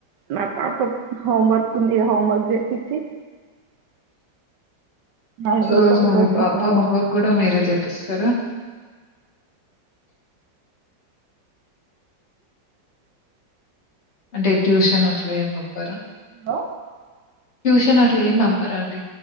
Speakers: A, on the right; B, on the left.
A: నా పాప హోం వర్క్ ఉంది హోం వర్క్ జెపిచి దానిలో
B: రోజు
A: పడుకోబెట్టేసేయాలి
B: మీ పాప హోంవర్క్ కూడా మీరే చెపిస్తరా అంటే ట్యూషన్ అట్లా ఏం పంపరా
A: హలో
B: కని అట్ల ఏం పంపరా అండి